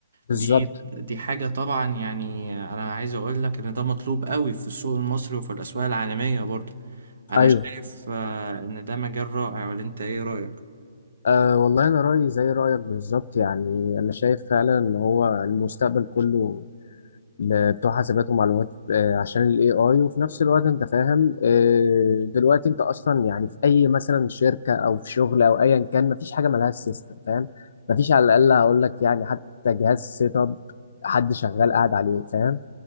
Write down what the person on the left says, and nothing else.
بالظبط
ايوه
أه والله انا رايي زي رايك بالظبط يعني انا شايف فعلا ان هو المستقبل كله ل- بتوع حاسبات ومعلومات أه عشان الاي اي وفي نفس الوقت انت فاهم أه دلوقتي انت اصلا يعني في اي مثلا شركه او في شغل او ايا كان مفيش حاجه ملهاش سيستم فاهم مفيش على الاقل هقول لك يعني حتى جهاز سيت اب حد شغال قاعد عليه فاهم